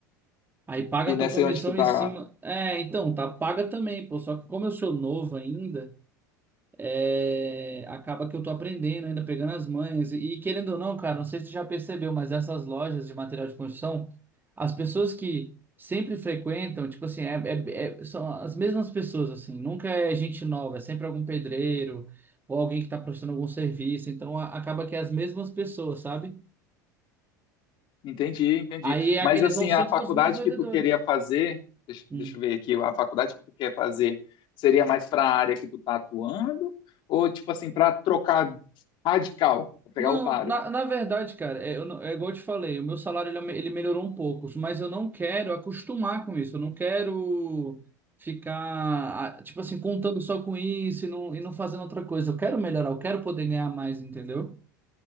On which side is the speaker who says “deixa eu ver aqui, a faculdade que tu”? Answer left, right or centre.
Left